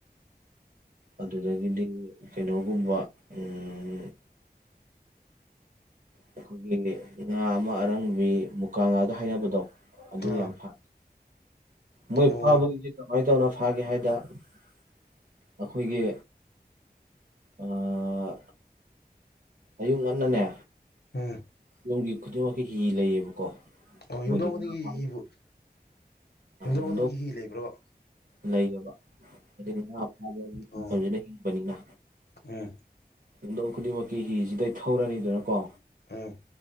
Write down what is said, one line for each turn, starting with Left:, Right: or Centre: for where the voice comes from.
Right: ꯑꯗꯨꯗꯒꯤꯗꯤ ꯀꯩꯅꯣꯒꯨꯝꯕ ꯎꯝ ꯑꯩꯈꯣꯏꯒꯤ ꯉꯥ ꯑꯃ ꯑꯔꯪꯕꯤ ꯃꯨꯀꯥ ꯉꯥꯒ ꯍꯥꯏꯅꯕꯗꯣ ꯑꯗꯨ
Left: ꯑꯥ
Right: ꯌꯥꯝ ꯐꯥ ꯃꯣꯏ
Left: ꯑꯣ
Right: ꯐꯥꯕꯒꯤꯗꯤ ꯀꯃꯥꯏ ꯇꯧꯅ ꯐꯥꯒꯦ ꯍꯥꯏꯗ ꯑꯩꯈꯣꯏꯒꯤ ꯑꯥ ꯑꯌꯨꯛ ꯉꯟꯅꯅꯦ
Left: <inaudible>
Right: ꯌꯨꯝꯒꯤ ꯈꯨꯗꯤꯡꯃꯛꯀꯤ ꯍꯤ ꯂꯩꯌꯦꯕꯀꯣ
Left: ꯑꯣ
Right: ꯃꯣꯏꯗꯤ
Left: ꯌꯨꯝꯊꯣꯡ ꯈꯨꯗꯤꯡꯒꯤ
Right: ꯉꯥ ꯐꯥꯕ
Left: ꯏꯕꯨ ꯌꯨꯝꯗꯣꯡ
Right: ꯌꯨꯝꯊꯣꯡ
Left: ꯈꯨꯗꯤꯒꯤ ꯍꯤ ꯂꯩꯕ꯭ꯔꯕ
Right: ꯂꯩꯌꯦꯕ ꯑꯩ ꯉꯥ ꯐꯥꯕꯒꯤ
Left: ꯑꯣ
Right: ꯐꯖꯅ ꯍꯤꯡꯕꯅꯤꯅ
Left: ꯎꯝ
Right: ꯌꯨꯝꯗꯣꯛ ꯈꯨꯗꯤꯡꯃꯛꯀꯤ ꯍꯤꯁꯤꯗꯩ ꯊꯧꯔꯅꯤꯗꯅꯀꯣ
Left: ꯎꯝ